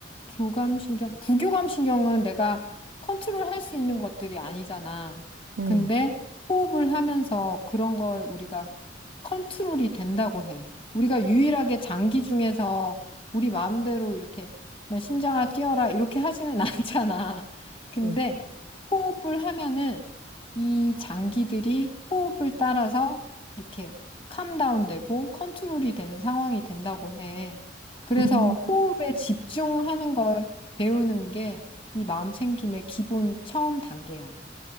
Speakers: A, on the left; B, on the right.
A: 교감신경, 부교감신경은 내가 컨트롤할 수 있는 것들이 아니잖아.
B: 음,
A: 근데 호흡을 하면서 그런 걸 우리가 컨트롤이 된다고 해. 우리가 유일하게 장기 중에서 우리 마음대로 이렇게 너 심장아 뛰어라 이렇게 하지는 <laughs> 않잖아. 근데
B: 음,
A: 호흡을 하면은 이 장기들이 호흡을 따라서 이렇게 캄다운 되고 컨트롤이 되는 상황이 된다고 해. 그래서
B: 음,
A: 호흡에 집중하는 걸 배우는 게 이 마음 챙김의 기본 처음 단계야.